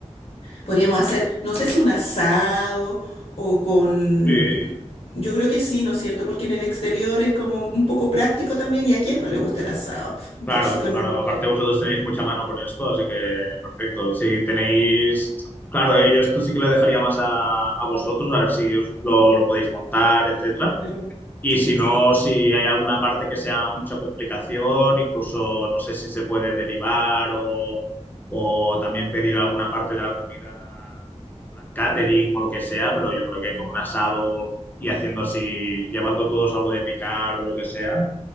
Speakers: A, on the left; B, on the left.
A: podríamos hacer, no sé si un asado o con,
B: sí,
A: yo creo que sí, ¿no es cierto? Porque en el exterior es como un poco práctico también y a quién no le gusta el asado. Pf, Entonces,
B: claro,
A: con
B: claro.
A: el,
B: Aparte vosotros tenéis mucha mano con esto, así que perfecto. Si tenéis, claro, eh, yo esto sí que lo dejaría más a, a vosotros, a ver si os lo, lo podéis montar, etcétera.
A: claro,
B: Y
A: sí.
B: si no, si hay alguna parte que sea mucha complicación, incluso no sé si se puede derivar o, o también pedir alguna parte de la comida, en plan catering o lo que sea, pero yo creo que
A: Mm.
B: con un asado y haciendo así, llevando todos algo de picar o lo que sea.